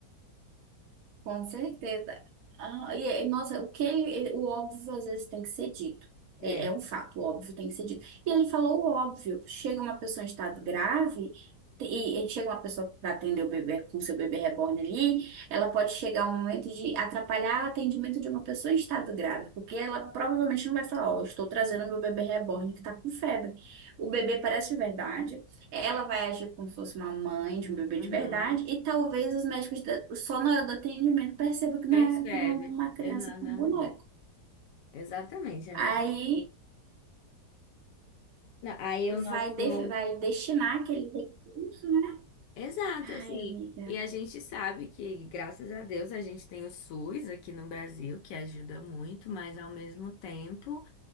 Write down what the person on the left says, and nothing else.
É.
Uhum.
Percebe.
Exatamente.
Exatamente, amiga.
Não, aí eu noto.
Exato,
assim.
E a gente sabe que, graças a Deus, a gente tem o SUS aqui no Brasil, que ajuda muito, mas ao mesmo tempo,